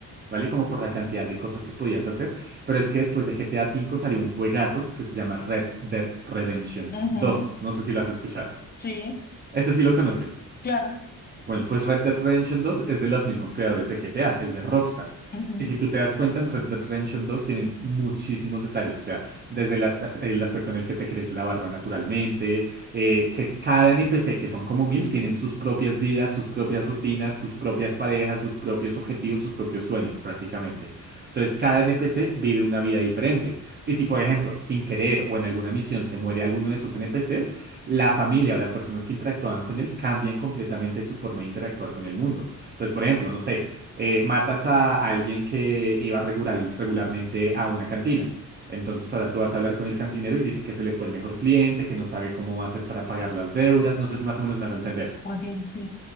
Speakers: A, on the right; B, on the left.
A: ¿vale? Como por la cantidad de cosas que podías hacer. Pero es que después de GTA V salió un juegazo que se llama Red Dead Redemption
B: Ujú,
A: 2. No sé si lo has escuchado.
B: Sí,
A: Ese sí lo conoces.
B: claro.
A: Bueno, pues Red Dead Redemption dos es de los mismos creadores de GTA, es de Rockstar.
B: Ujú,
A: Y si tú te das cuenta, en Red Dead Redemption dos tienen muchísimos detalles, o sea, desde las- las- el aspecto en el que te crece la barba naturalmente, eh, que cada NPC, que son como mil, tienen sus propias vidas, sus propias rutinas, sus propias parejas, sus propios objetivos, sus propios sueños prácticamente. Entonces, cada NPC vive una vida diferente. Y si, por ejemplo, sin querer o en alguna misión se muere alguno de esos NPCs, la familia o las personas que interactuaban con él cambian completamente su forma de interactuar con el mundo. Entonces, por ejemplo, no sé, eh, matas a alguien que iba regular, regularmente a una cantina. Entonces ahora tú vas a hablar con el cantinero y dice que se le fue el mejor cliente, que no sabe cómo va a hacer para pagar las deudas. No sé si más o menos me hago entender.
B: Ok, sí.